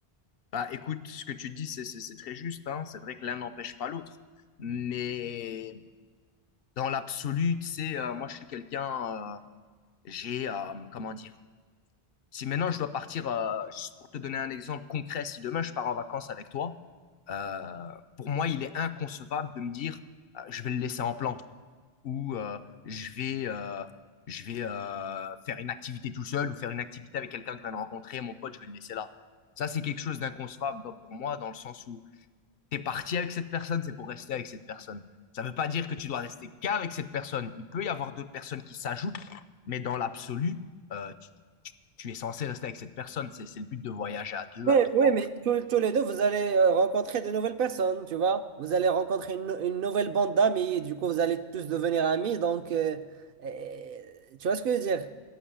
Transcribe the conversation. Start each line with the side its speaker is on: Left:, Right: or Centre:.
Left: Bah, écoute, ce que tu dis, c'est c'est- c'est très juste, hein. C'est vrai que l'un n'empêche pas l'autre. Mais dans l'absolu, tu sais, euh, moi, je suis quelqu'un, euh, j'ai, euh, comment dire, si maintenant je dois partir, euh, pour te donner un exemple concret, si demain je pars en vacances avec toi, euh, pour moi, il est inconcevable de me dire, euh, je vais le laisser en plan ou euh, je vais, euh, je vais euh, faire une activité tout seul ou faire une activité avec quelqu'un que je viens de rencontrer, mon pote, je vais le laisser là. Ça, c'est quelque chose d'inconcevable dans- pour moi, dans le sens où T'es parti avec cette personne, c'est pour rester avec cette personne. Ça ne veut pas dire que tu dois rester qu'avec cette personne. Il peut y avoir d'autres personnes qui s'ajoutent, mais dans l'absolu, euh, tu, tu es censé rester avec cette personne. C'est c'est le but de voyager à deux,
Right: Mais-
Left: à trois.
Right: oui, mais
Left: Entre...
Right: tous, tous les deux, vous allez euh, rencontrer de nouvelles personnes, tu vois. Vous allez rencontrer une, une nouvelle bande d'amis, et du coup, vous allez tous devenir amis. Donc, euh, euh, tu vois ce que je veux dire?